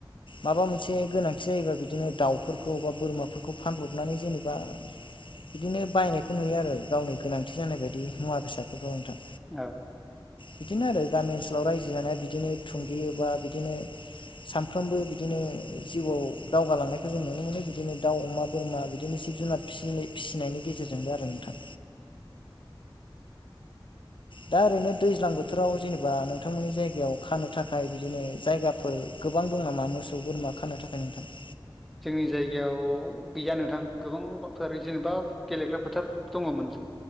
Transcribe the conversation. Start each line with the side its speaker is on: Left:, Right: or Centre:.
Left: माबा मोनसे गोनांथि जायोबा बिदिनो दाउफोरखौ बा बोरमाफोरखौ फानब्रबनानै जेनेबा बिदिनो बायनायखौ नुयो आरो गावनि गोनांथि जानाय बायदि मुवा बेसादफोरखौ नोंथां
Centre: औ
Left: बिदिनो आरो गामि ओनसोलाव रायजो जानाया बिदिनो थुंगियोबा बिदिनो सानफ्रोमबो बिदिनो जिउआव दावगालांनायखौ जों नुनो मोनो बिदिनो दाउ अमा बोरमा बिदिनो जिब जुनार फि -फिसिनायनि गेजेरजोंबो आरो नोंथां दा ओरैनो दैज्लां बोथोराव जेनेबा नोंथांमोननि जायगायाव खानो थाखाय बिदिनो जायगाफोर गोबां दं नामा मोसौ बोरमा खानो थाखाय नोंथां
Centre: जोंनि जायगायाव गैया नोंथां गोबांथार जेनेबा गेलेग्रा फोथार दङमोन